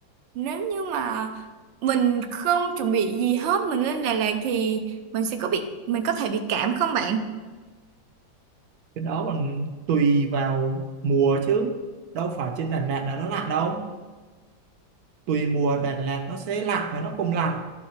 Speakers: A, on the right; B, on the right.
A: nếu như mà mình không chuẩn bị gì hết mình lên Đà Lạt thì mình sẽ có bị mình có thể bị cảm không bạn
B: cái đó còn tùy vào mùa chứ đâu phải trên Đà Lạt là nó lạnh đâu tùy mùa Đà Lạt nó sẽ lạnh và nó không lạnh